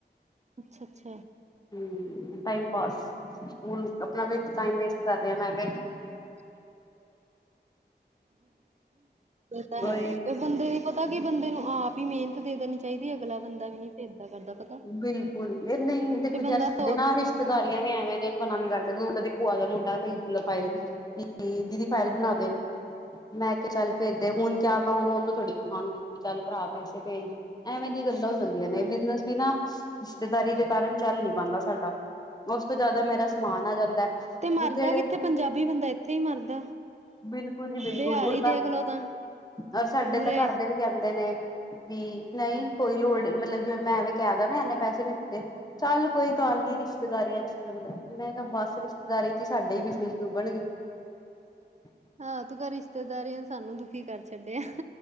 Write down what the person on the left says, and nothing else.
ਹੂੰ ਟਾਈਮ ਪਾਸ ਹੁਣ ਆਪਣਾ ਵੀ ਟਾਇਮ ਵੇਸਟ ਕਰ ਰਹੇ ਆ -
ਕਮ
ਬਿਲਕੁਲ ਇਹ ਨਹੀ ਦੇਖੋ
ਨਾ ਸਾਡੇ
ਨਾ ਰਿਸ਼ਤੇਦਾਰੀਆ ਵੀ ਏਵੇ ਨੇ ਮਨਾ ਨੀ ਕਰਦੇ ਕਿਉ ਕਦੇ, ਭੂਆ ਦਾ ਮੁੰਡਾ ਭੇਜ ਦਿੰਦਾ ਫਾਈਲ ਕਿ ਦੀਦੀ ਫਾਈਲ ਬਨਾ ਦੇ । ਮੈ ਕਿਹਾ ਚੱਲ ਭੇਜਦੇ ਹੁਨ ਕਿਆ ਮੈ ਉਹਨੂੰ -ਉਹਨੂੰ ਥੋੜੀ ਕਹਾਂਗੀ ਚੱਲ ਭਰਾ ਪੈਸੇ ਦੇ ਐਵੇ ਦੀ ਗੱਲ- ਲਾ ਹੋ ਜਾਂਦੀਆ
ਨੇ ਬਿਜਨਸ ਵੀ ਨਾ ਰਿਸ਼ਤੇਦਾਰੀ ਦੇ ਕਾਰਨ ਚੱਲ ਨੀ ਪਾਂਦਾ ਸਾਡਾ ਬ - ਤੋ ਜਿਆਦਾ ਮੇਰਾ ਸਮਾਨ ਆ ਜਾਂਦਾ
ਜਿਹੜੇ,
ਬਿਲਕੁਲ ਜੀ ਬਿਲਕੁਲ
।
ਰ ਸਾਡੇ
ਤਾ ਘਰ ਦੇ ਵੀ ਕਹਿੰਦੇ ਨੇ, ਵੀ ਨਹੀ ਕੋਈ ਲੋੜ ਮਤਲਬ ਜ ਮੈ ਐਵੇ, ਕਹਿੰਦਾ ਨਾ ਇੰਨੇ ਪੈਸੇ ਨੀ ਦਿੱਤੇ, ਚੱਲ ਕੋਈ ਗੱਲ ਨੀ ਰਿਸ਼ਤੇਦਾਰੀਆ 'ਚ ਚਲਦੈ । ਮੈ ਕਿਹਾ ਬਸ ਰਿਸ਼ਤੇਦਾਰ- ਸਾਡਾ ਈ ਬਿਜਨਸ ਡੋਬਣਗੇ ।